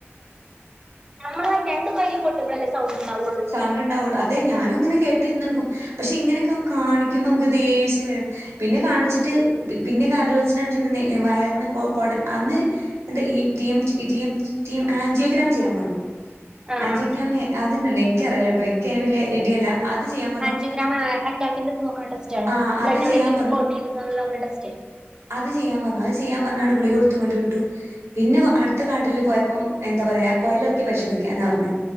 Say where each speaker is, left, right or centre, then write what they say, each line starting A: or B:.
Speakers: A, on the right; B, on the right.
A: നമ്മളെ രണ്ട് കയ്യും കൊട്ടുമ്പയല്ലെ സൗണ്ട്ണ്ടാവു
B: സൗണ്ട്ണ്ടാവൊള്ളു അ തെ ഞാനും ഇങ്ങനെ കേട്ടിരുന്നൊടുക്കും പഷേ ഇങ്ങനൊക്കെ കാണി ക്കുമ്പോ ദേഷ്യം വരും പിന്നെ കാണിച്ചിട്ട് പി പിന്നെ കാർഡിയോളജിസ്റ്റിനെ കാണിച്ച് നേ വയറിന് കൊ കൊടൽ അന്ന് എന്താ ഈ ട്ടി എമ് ട്ടി എമ് ട്ടി എമ് ആൻജിയോഗ്രാം ചെയ്യാൻ പറഞ്ഞു
A: ആഹ്
B: ആഞ്ചിയോഗ്രാമെ
A: ആഹ്
B: അത് ഇന്നല്ലേ ഇക്കറിയില്ലട്ടോ കേട്ടോ എനിക്കേന് വല്യ ഐഡിയല്ല ചെയ്യാൻ പറഞ്ഞു
A: ആഞ്ചിയോഗ്രാം ആ അറ്റാക്കിന്റെ നോക്ക്ണ ടെസ്റ്റാണ്
B: ആ
A: ബ്ലഡ്
B: അത്
A: എവിടെങ്കിലും
B: ചെയ്യാൻ
A: ഫ്ലോട്ടീത്കുണോള്ള നോക്ക്ണ ടെസ്റ്റ്
B: ഇത് ചെയ്യാൻ പറഞ്ഞു അത് ചെയ്യാൻ പറഞാണ്ട് ഗുളിക കൊടുത്ത് ഇങ്ങോട്ട് വിട്ടു പിന്നെ അടുത്ത കാട്ടലിൽ പോയപ്പം എന്താ പറയാ കൊയലെറക്കി പരിശോധിക്കാന പറഞ്ഞെ